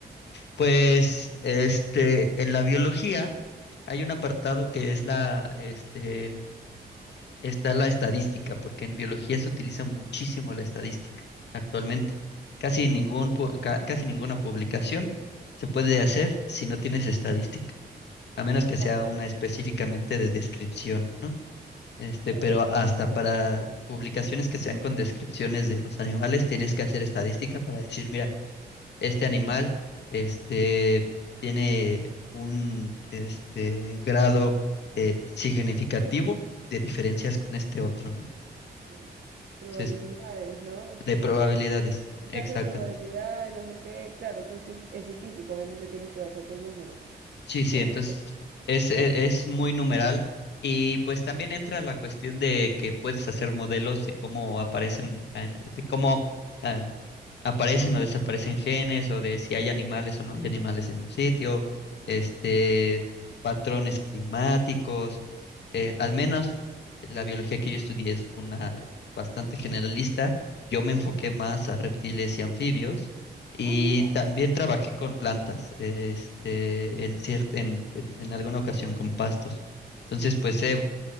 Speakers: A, on the left; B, on the right.
A: Pues este, en la biología hay un apartado que es la, este, está la estadística, porque en biología se utiliza muchísimo la estadística actualmente. Casi
B: Ok.
A: ningún, pu- ca- casi ninguna publicación se puede hacer si no tienes estadística. a menos que sea
B: Claro,
A: una
B: es-
A: específicamente de descripción, ¿no? Este,
B: claro,
A: pero
B: es-
A: hasta para publicaciones que sean con descripciones de los animales, tienes que hacer estadística para decir, mira, este animal, este, tiene un, este, grado eh, significativo de diferencias con este otro, ¿no?
B: ya. Probabilidades,
A: Entonces,
B: ¿no?
A: de
B: Como
A: probabilidades,
B: que Porcentaje
A: exactamente.
B: de probabilidad y no sé qué. Claro, esto es, cien- es científico, obviamente tienes que basarte en números.
A: Sí, sí,
B: Oh,
A: entonces es,
B: yo,
A: e- es muy numeral y pues también entra la cuestión de que puedes hacer modelos de cómo aparecen, eh, de cómo ah, aparecen o desaparecen genes o de si hay animales o no hay animales en un sitio, este, patrones climáticos. eh, al menos la biología que yo estudié es una bastante generalista. Yo me enfoqué más a reptiles y anfibios y
B: ah, mira,
A: también trabajé con plantas, este, en cier- en, en- en alguna ocasión con pastos. Entonces, pues he